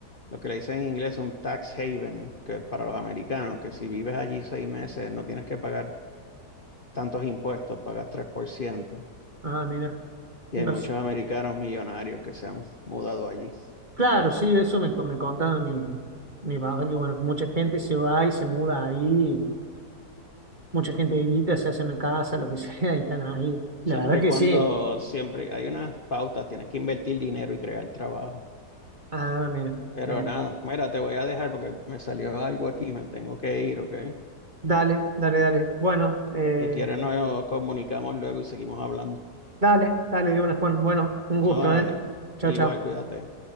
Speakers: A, on the left; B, on the right.
A: lo que le dicen en inglés, un tax haven, que para los americanos, que si vives allí seis meses no tienes que pagar tantos impuestos, pagas 3%.
B: Ah, mira.
A: Y
B: Pues,
A: hay muchos americanos millonarios que se han mudado allí.
B: claro, sí, eso me, me contaba mi, mi papá, que bueno, mucha gente se va y se muda ahí, mucha gente edita, se hace una casa, lo que <laughs> sea, y están ahí. La
A: Siempre
B: verdad que
A: y cuando,
B: sí.
A: siempre hay unas pautas, tienes que invertir dinero y crear trabajo.
B: Ah, mira.
A: Pero
B: mira.
A: nada, mira, te voy a dejar porque me salió algo aquí, me tengo que ir, ¿ok?
B: Dale, dale, dale. Bueno, eh,
A: Si quieres nos comunicamos luego y seguimos hablando.
B: dale, dale de una, Juan. Bueno, un gusto,
A: Órale,
B: ¿eh? Chao,
A: igual,
B: chao.
A: cuídate.